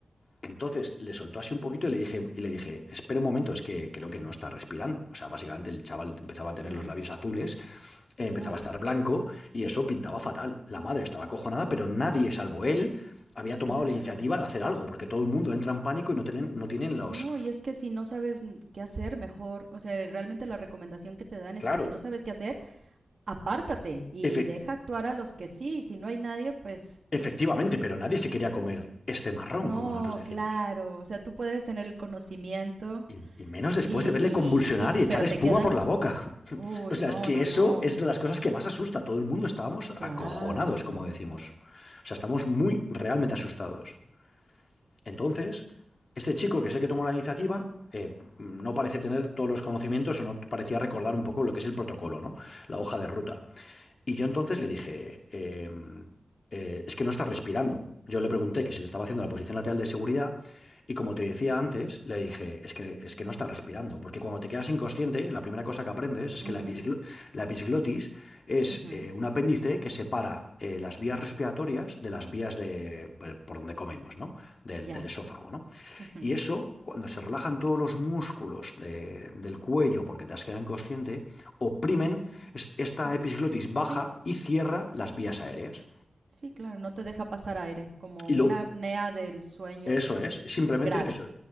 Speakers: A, on the left (about 50°); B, on the right (about 65°).
A: entonces le soltó así un poquito y le dije, y le dije, espera un momento, es que creo que no está respirando. O sea, básicamente el chaval empezaba a tener
B: Mm.
A: los labios azules, eh, empezaba
B: Uf,
A: a estar blanco y eso pintaba fatal. La madre estaba acojonada, pero nadie, salvo él, había tomado
B: claro.
A: la iniciativa de hacer algo, porque todo el mundo entra en pánico y no tienen, no tienen los...
B: No, y es que si no sabes qué hacer, mejor, o sea, realmente la recomendación que te dan
A: Claro,
B: es que si no sabes qué hacer, apártate y
A: efe-
B: deja actuar a los que sí, si no hay nadie, pues
A: efectivamente, pero nadie se quería comer este marrón,
B: no,
A: como nosotros decimos.
B: claro, o sea, tú puedes tener el conocimiento
A: Y, y menos después
B: y,
A: de verle
B: y,
A: convulsionar
B: y, y-
A: y echar
B: pero
A: espuma
B: te quedas,
A: por la boca. <laughs>
B: uy,
A: O sea,
B: no,
A: es que
B: no,
A: eso
B: no,
A: es de las cosas que más asusta. Todo el mundo estábamos
B: claro,
A: acojonados, como decimos. O sea, estamos muy realmente asustados. Entonces, este chico que es el que tomó la iniciativa, eh, no parece tener todos los conocimientos o no parecía recordar un poco lo que es el protocolo, ¿no? La hoja de ruta. Y yo entonces le dije, em, eh, es que no está respirando. Yo le pregunté que si le estaba haciendo la posición lateral de seguridad y como te decía antes, le dije, es que, es que no está respirando, porque cuando te quedas inconsciente, la primera cosa que aprendes es
B: Ujú,
A: que la, episglo- la episglotis es
B: ujú,
A: eh, un apéndice que separa eh, las vías respiratorias de las vías de, por, por donde comemos, ¿no? Del,
B: ya,
A: del esófago, ¿no?
B: ujú.
A: Y eso, cuando se relajan todos los músculos de- del cuello porque te has quedado inconsciente, oprimen, es- esta
B: Mm,
A: episglotis baja
B: Sí,
A: y cierra las vías aéreas.
B: sí, claro, no te deja pasar aire, como
A: Y lo
B: una apnea del sueño
A: Eso es, simplemente
B: grave.
A: eso,